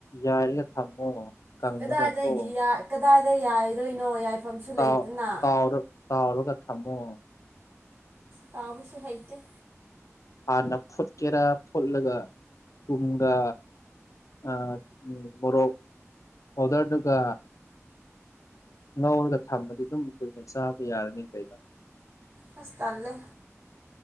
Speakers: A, on the left; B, on the right.
A: ꯌꯥꯔꯒ ꯊꯝꯃꯣ ꯀꯪꯉꯒ
B: ꯀꯗꯥꯏ
A: ꯀꯣ
B: ꯀꯗꯥꯏꯗ ꯌꯥꯏꯗꯣꯏꯅꯣ ꯌꯥꯏꯐꯝꯁꯨ
A: ꯇꯥꯎ
B: ꯂꯩꯇꯅ
A: ꯇꯥꯎꯔ ꯀ ꯊꯃꯣ
B: ꯇꯥꯕꯨꯁꯨꯁꯨ ꯍꯥꯏꯇ
A: ꯍꯥꯟꯅ ꯐꯨꯠꯀꯦꯔꯥ ꯐꯨꯠꯂꯒ ꯀꯨꯝꯒ ꯎꯝ ꯃꯣꯔꯣꯛ ꯄꯥꯎꯗꯔꯗꯨꯒ ꯉꯥꯎꯔꯒ ꯊꯝꯃꯗꯤ ꯑꯗꯨꯝ ꯀꯨꯏꯅ ꯆꯥꯕ ꯌꯥꯔꯅꯤ ꯀꯩꯗ
B: ꯍꯁꯇꯥꯜꯂꯦ